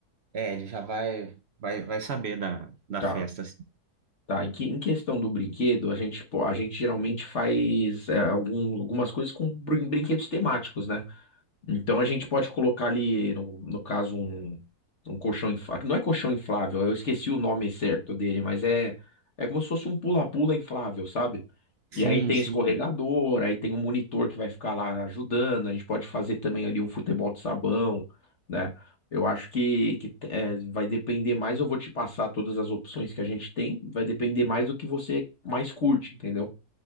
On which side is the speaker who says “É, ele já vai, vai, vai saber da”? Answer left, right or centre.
Right